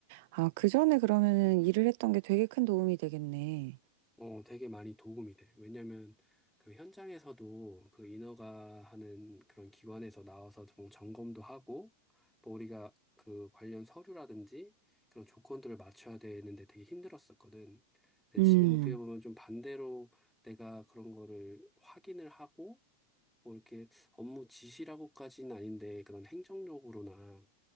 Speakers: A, on the right; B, in the centre.
A: 아, 그 전에 그러면은 일을 했던 게 되게 큰 도움이 되겠네.
B: 어, 되게 많이 도움이 돼. 왜냐면 그 현장에서도 그 인허가 하는 그런 기관에서 나와서 좀 점검도 하고, 뭐 우리가 그 관련 서류라든지 그런 조건들을 맞춰야 되는데 되게 힘들었었거든. 근데
A: 음,
B: 지금 어떻게 보면 좀 반대로 내가 그런 거를 확인을 하고, 뭐 이렇게 업무 지시라고까지는 아닌데 그런 행정적으로나